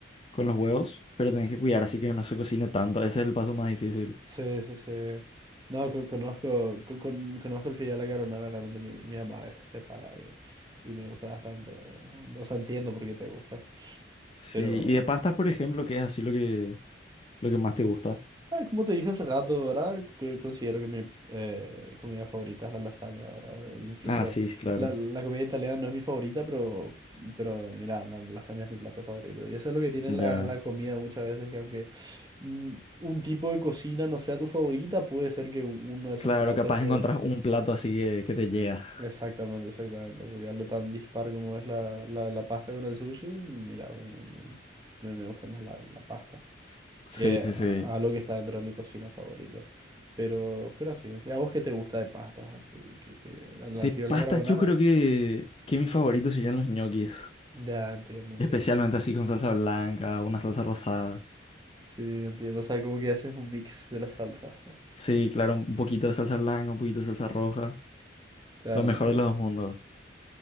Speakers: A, on the left; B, on the right.
A: con los huevos, pero tenés que cuidar así que no se cocine tanto. Ese es el paso más difícil.
B: Sí, sí, sí. No, co- conozco, co- con- conozco el fideo a la carbonara, realmente mi, mi mamá a veces prepara y, y me gusta bastante. ¿no? O sea, entiendo por qué te gusta,
A: Sí,
B: pero
A: y de pastas, por ejemplo, que es así lo que Lo que más te gusta.
B: Ay, como te dije hace rato, ¿verdad? Que considero que mi eh, comida favorita es la lasaña, ¿verdad? Incluso
A: Ah, sí, sí, claro.
B: la, la comida italiana no es mi favorita, pero, pero mira, la lasaña es mi plato favorito. Y eso es lo que tiene
A: Ya.
B: la, la comida muchas veces, que aunque mm, un tipo de cocina no sea tu favorita, puede ser que uno de esos
A: Claro,
B: platos
A: capaz
B: que...
A: encontrás un plato así que, que te llega.
B: Exactamente, exactamente. Porque algo tan dispar como es la, la, la pasta con el sushi, mira, me, me- me- me gusta más la, la pasta
A: S- Sí,
B: que a-
A: sí, sí.
B: algo que está dentro de mi cocina favorita. Pero, pero así. ¿Y a vos qué te gusta de pastas? Así, que, que al al
A: De
B: fideo
A: pastas
B: a la carbonara.
A: yo creo que, que mis favoritos serían los ñoquis.
B: Ya, entiendo, entiendo.
A: Especialmente así con salsa blanca, una salsa rosada.
B: Sí, entiendo. O sea, como que haces un mix de las salsas. ¿no?
A: Sí, claro, un un poquito de salsa blanca, un poquito de salsa roja.
B: Claro,
A: Lo mejor
B: entiendo.
A: de los dos mundos.